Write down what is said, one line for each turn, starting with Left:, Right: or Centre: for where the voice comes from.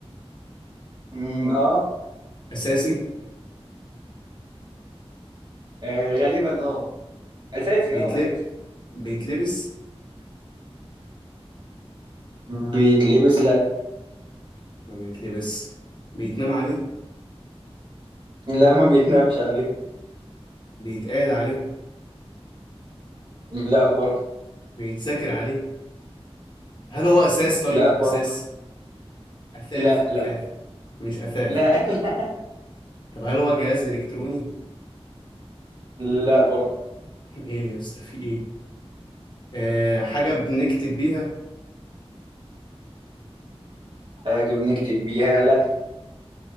Right: أم، أه
Left: أساسي
Right: آه، غالبا أه أساسي
Left: بيتلب
Right: أه أساسي
Left: بيتلبس
Right: بيتلبس لا
Left: ما بيتلبس بيتنام عليه
Right: لا ما بيتنامش عليه
Left: بيتقعد عليه
Right: لا برضه
Left: بيتذاكر عليه هل هو أساس طيب؟
Right: لا برضه
Left: أساس أثاث
Right: لا لا
Left: أثاث مش أثاث
Right: لا <laughs> لا,
Left: طب هل هو جهاز إلكتروني؟
Right: لا برضه
Left: <laughs> إيه يا اسطى في إيه؟ آه، حاجة بنكتب بيها
Right: حاجة بنكتب بيها لا